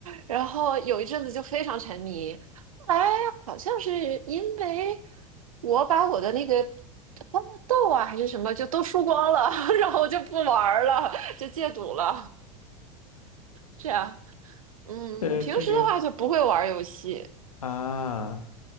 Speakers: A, on the right (about 70°); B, on the left (about 70°).
A: 然后有一阵子就非常沉迷，后来好像是因为我把我的那个欢乐豆啊还是什么就都输光了，<laughs> 然后我就不玩儿了，就戒赌了。这样，嗯，
B: 呃，
A: 平时的话就不会玩儿游戏，
B: 这个啊，